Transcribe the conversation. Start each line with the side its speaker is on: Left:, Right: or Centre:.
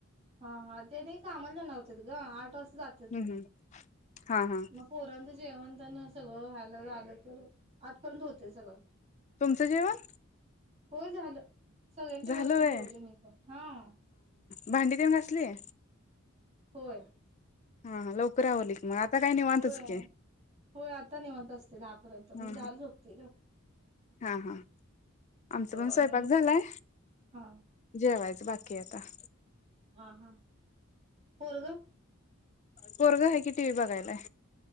Right: हा हा त्यानी कामाला जाणार होतीत गं आज कस जातात
Left: हम्
Right: तेनी
Left: हम् हा हा
Right: मग पोरांच जेवण त्यानं सगळं व्हायला झालं तर आठपर्यंत होतंय सगळं
Left: तुमचं जेवण?
Right: होय झालं. सगळ्यांच्या
Left: झालं
Right: बरोबर
Left: व्हय
Right: जेवले मी पण. हा.
Left: भांडी त्यांनी घासलीय?
Right: होय.
Left: हा हा, लवकर आवरली की मग आज आता काय निवांतच
Right: होय
Left: की.
Right: होय आता निवांत असतेय दहा र्यंत म्हणजे
Left: हा
Right: दहाला झोपतेय गं.
Left: हा हा, आमचा पण
Right: आणि
Left: स्वयंपाक झालाय
Right: हा
Left: जेवायचं बाकी आता.
Right: हां हां पोरग
Left: पोरग हाय की टीवी बघायलाय